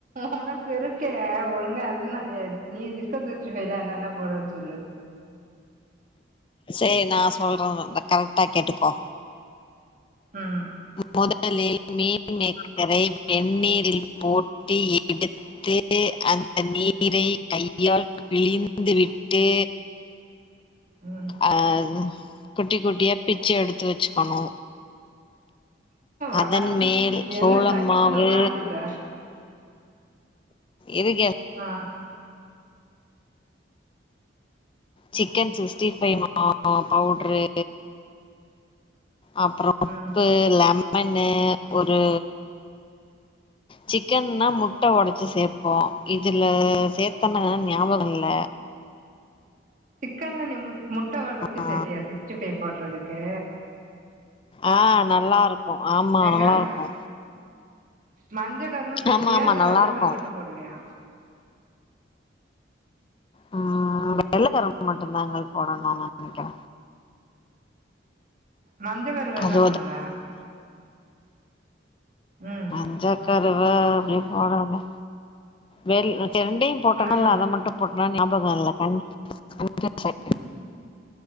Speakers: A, on the right (about 40°); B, on the left (about 25°).
A: ஒனக்கு இருக்க ஒழுங்கா என்ன அ நீ சிக்கன் சிக்ஸ்டி ஃபைவ்ல என்னென்ன போடுவன்னு சொல்லு
B: சேர் நா சொல்றதுதா கரெக்டா கேட்டுக்கோ
A: ம்
B: முதலில் மீன்மேக்கரை வெந்நீரில் போட்டு எடு தெ அந்த நீரை கையால் பிழிந்து விட்டு
A: ம்
B: ஆ குட்டி குட்டியா பிச்சு எடுத்து வச்சுக்கணு அதன்
A: வார்த்
B: மேல் சோளமாவு
A: என்ன டக்குன்னு மாத்திட்ட
B: எதுக்கு
A: ஆ
B: சிக்கன் சிக்ஸ்டி ஃபைவ் மா பவுட்ரு அப்பற உப்பு
A: ம்
B: லெமனு ஒரு சிக்கன்ன்னா முட்ட ஒடச்சு சேப்போ இதுல சேத்தன்னானு ஞாபக இல்ல
A: சிக்கன்ல நீ மு முட்ட ஒடச்சி
B: ஆ
A: சேப்பியா சிக்ஸ்டி ஃபைவ் போடுறதுக்கு
B: ஆ நல்லாருக்கூ ஆமா
A: எங்க
B: நல்லாருக்கூ
A: மஞ்ச கருவு சேப்பியா
B: ஆமா ஆமா
A: இல்ல
B: நல்லாருக்கு
A: வெள்ள கரு மட்டு போடுவியா
B: ஆ வெள்ள கரு மட்டுந்தாங்க போடனுன்னு நெனக்கிறே
A: மஞ்ச கருவ என்ன
B: அது
A: பண்ணுவ ம்
B: மஞ்ச கருவ அப்டி போட ஒனே வெள் சே ரெண்டையும் போட்டனா
A: என்ன
B: இல்ல
A: பண்
B: அத மட்டு போட் டனா ஞாபகம் இல்ல <inaudible>